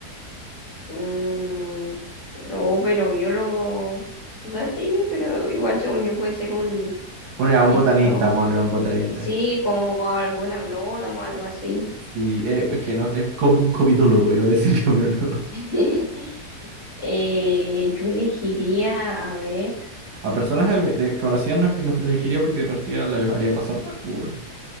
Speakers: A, on the left; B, on the right.
A: Mm, no, pero biólogo. O sea, sí, pero igual según yo puede ser un
B: Poner a un
A: esto.
B: botanista, poner a un botanista.
A: eh, sí, como algún agrónomo, algo así.
B: Sí, eh, es que no, es comi- un comidólogo, iba a decir yo, <laughs> pero no.
A: <laughs> Eh, yo elegiría, a ver,
B: A personas de- de- conocidas no es que nos elegiría porque de partida las haría pasar mal, pues, weón.